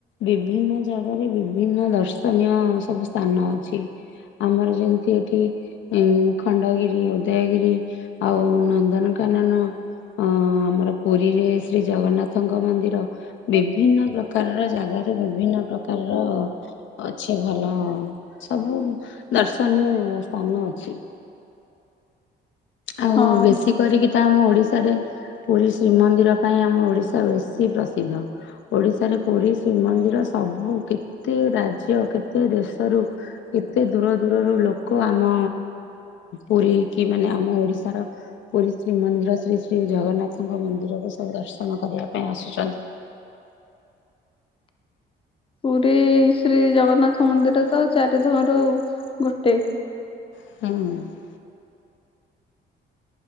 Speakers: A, on the left; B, on the left.
A: ବିଭିନ୍ନ ଜାଗାରେ ବିଭିନ୍ନ ଦର୍ଶନୀୟ ସବୁ ସ୍ଥାନ ଅଛି। ଆମର ଯେମିତି ଏଠି ଇଁ ଖଣ୍ଡଗିରି, ଉଦୟଗିରି, ଆଉ ନନ୍ଦନକାନନ ଅଁ ଆମର ପୁରୀରେ ଶ୍ରୀ ଜଗନ୍ନାଥ ନାଥ ଙ୍କ ମନ୍ଦିର, ବିଭିନ୍ନ ପ୍ରକାରର ଜାଗାରେ ବିଭିନ୍ନ ପ୍ରକାରର ଅଛି ଭଲ ସବୁ ଦର୍ଶନୀୟ ସ୍ଥାନ ଅଛି। ଆଉ
B: ହଁ
A: ବେଶୀ କରିକି ତ ଆମ ଓଡିଶାରେ ପୁରୀ ଶ୍ରୀମନ୍ଦିର ପାଇଁ ଆମ ଓଡିଶା ବେଶୀ ପ୍ରସିଦ୍ଧ। ଓଡିଶାରେ ପୁରୀ ଶ୍ରୀମନ୍ଦିର ସବୁ କେତେ ରାଜ୍ୟ, କେତେ ଦେଶରୁ କେତେ ଦୂର ଦୂରରୁ ଲୋକ ଆମ ପୁରୀକି ମାନେ ଆମ ଓଡିଶାର ପୁରୀ ଶ୍ରୀ ମନ୍ଦିର ଶ୍ରୀ ଶ୍ରୀ ଜଗନ୍ନାଥଙ୍କ ମନ୍ଦିରକୁ ସବୁ ଦର୍ଶନ କରିବା ପାଇଁ ଆସୁଛନ୍ତି।
B: ପୁରୀ ଶ୍ରୀ ଜଗନ୍ନାଥ ମନ୍ଦିର ତ ଚାରିଧାମରୁ ଗୋଟେ।
A: ହୁଁ।